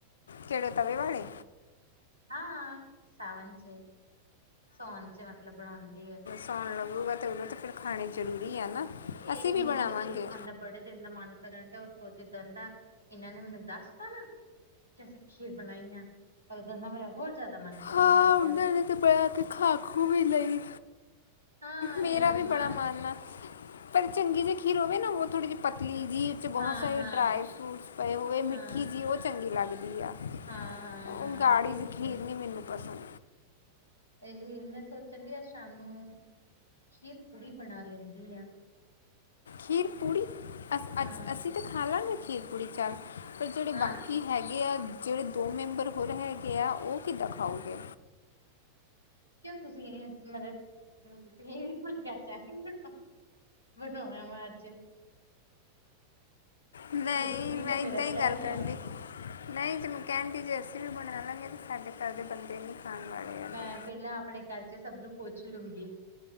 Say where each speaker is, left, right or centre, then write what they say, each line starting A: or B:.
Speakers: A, on the left (about 65°); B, on the right (about 80°).
A: ਕੇੜੇ, ਤਵੇ ਵਾਲੇ।
B: ਹਾਂ ਸਾਵਨ ਚ, ਸਾਉਣ ਚ ਮਤਲਬ ਬਣਾਉਂਦੀ ਹੈ।
A: ਸੌਉਣ ਲੱਗੂਗਾ, ਤੇ ਉਦੋਂ ਤਾਂ ਫਿਰ ਖਾਣੇ ਜ਼ਰੂਰੀ ਆ ਨਾ।
B: ਇਹ
A: ਅਸੀਂ
B: ਮੈਨੂੰ
A: ਵੀ ਬਣਾਵਾਂਗੇ
B: ਤੇ, ਖੀਰ ਖਾਣ ਦਾ ਬੜ੍ਹੇ ਦਿਨ ਦਾ ਮਨ ਕਰਨ ਡੇ ਯਾ, ਉੱਥੋਂ ਜਿੱਦਾਂ ਦਾ, ਇਹਨਾਂ ਨੇ ਮੈਨੂੰ ਦੱਸ ਪਾਣਾ। ਜੈਸੇ ਸੀਂ ਖੀਰ ਬਣਾਈ ਹੈ, ਔ ਦੇਵਰ ਨਾ ਮੇਰਾ ਹੋਰ ਜ਼ਿਆਦਾ ਮਨ। ਕਰਨ
A: ਹਾਂ
B: ਲੱਗ ਗਿਆ
A: ਮੈਂਨੇ
B: ਵਾ
A: ਤੇ ਬਹਿ ਕੇ, ਖਾ ਖੂ ਵੀ ਲਈ।
B: ਹਾਂ ਇਹਨਾਂ
A: ਮੇਰਾ
B: ਬਦਮਾਸ਼
A: ਵੀ ਬੜਾ ਮਨ ਐ, ਪਰ ਚੰਗੀ ਜਿ ਖੀਰ ਹੋਵੇ ਨਾ ਉਹ ਥੋੜ੍ਹੀ ਜਿਹੀ ਪਤਲੀ ਜੀ 'ਚ ਬਹੁਤ
B: ਹਾਂ
A: ਸਾਰੇ
B: ਹਾਂ
A: ਡਰਾਈ ਫਰੂਟਸ ਪਏ ਹੋਵੇ,
B: ਹਾਂ
A: ਮਿੱਠੀ ਜਿਹੀ, ਉਹ ਚੰਗੀ ਲੱਗਦੀ ਆ।
B: ਹਾਂ ਹਾਂ ਹਾਂ
A: ਉਹ ਗਾੜੀ
B: ਠੀਕ
A: ਜੀ, ਖੀਰ
B: ਹੈ
A: ਨੀ ਮੈਨੂੰ ਪਸੰਦ
B: ਇਹੀ ਮੈਂ ਸੋਚਾਂਗੀ, ਅੱਜ ਸ਼ਾਮ ਨੂੰ, ਖੀਰ ਪੂੜੀ ਬਣਾ ਲੈਂਦੀ ਹਾਂ।
A: ਖੀਰ ਪੂੜੀ ਅੱਜ,
B: ਹਾਂ
A: ਅਸੀਂ ਤਾਂ ਖਾ ਲਾਂਗੇ ਖੀਰ ਪੂੜੀ ਚੱਲ, ਪਰ ਜਿਹੜੇ
B: ਹਾਂ
A: ਬਾਕੀ ਕੀ ਹੈਗੇ ਆ, ਜਿਹੜੇ ਦੋ ਮੈਂਬਰ ਹੋਰ ਹੈਗੇ ਆ, ਉਹ ਕਿੱਦਾਂ ਖਾਓਗੇ।
B: ਕਿਉਂ ਤੁਸੀਂ ਮਤਲਬ ਕਰ <unintelligible> ਬਣਾਉਣਾ ਵਾ ਅੱਜ
A: ਨਹੀਂ,
B: ਖੀਰ ਪੂੜੀ ਤੇ
A: ਮੈਂ ਏਦਾਂ
B: ਮੇਰਾ
A: ਹੀ
B: ਪਲੈਨ
A: ਗੱਲ ਕਰਨ
B: ਆ
A: ਡੀ। ਨਹੀਂ ਜ ਮੈਂ ਕਹਿਣ ਦੀ, ਜੇ ਅਸੀਂ ਵੀ ਬਣਾ ਲਾਂਗੇ ਤਾਂ ਸਾਡੇ ਘਰ ਦੇ ਬੰਦੇ ਨੀ ਖਾਣ ਵਾਲੇ। ਆਂਦੇ
B: ਮੈਂ ਪਹਿਲਾਂ ਆਪਣੇ ਘਰ ਚ, ਸਭ ਨੂੰ ਪੁੱਛ ਲੂੰਗੀ।